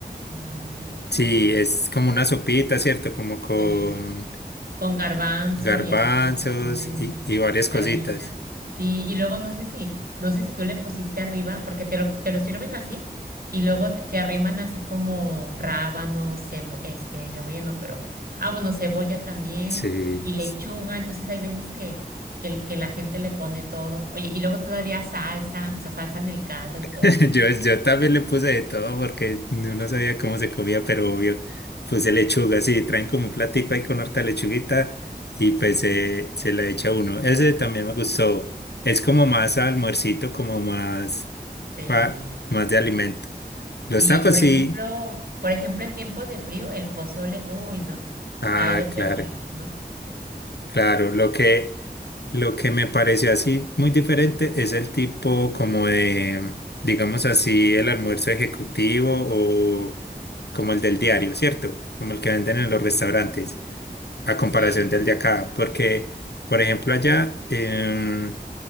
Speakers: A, on the right; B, on the left.
A: Mm,
B: Sí,
A: ujú,
B: es como una sopita, ¿cierto? Como con
A: Sí. con garbanzo
B: garbanzos
A: y así como que le ponen
B: y y varias
A: carnita.
B: cositas.
A: Sí, y luego no sé si, no sé si tú le pusiste arriba, porque te lo, te lo sirven así, y luego te, te arriman así como rábano, cebo, este, cebolla no, pero, ah, bueno, cebolla también,
B: Sí,
A: y lechuga, entonces hay veces que, que, le- que la gente le pone todo, oye, y luego todavía salsa, o sea, salsa en el caldo y todo,
B: <laughs>
A: ¿no?
B: yo, yo también le puse de todo porque no no sabía cómo se comía, pero obvio, puse lechuga, sí, traen como un platico ahí con harta lechuguita y pues se, se la echa uno. Ese también me gustó, es como más almuercito, como más,
A: Sí.
B: pa- más de alimento. Los
A: Sí,
B: tacos
A: por
B: sí,
A: ejemplo, por ejemplo, en tiempos de frío, el pozole, uy, no,
B: ah,
A: cae de perlas,
B: claro,
A: ¿no? Sí,
B: claro, lo que... Lo que me pareció así muy diferente es el tipo como de, digamos así, el almuerzo ejecutivo o como el del diario, ¿cierto? Como el que venden en los restaurantes, a comparación
A: sí,
B: del de acá, porque, por ejemplo, allá em,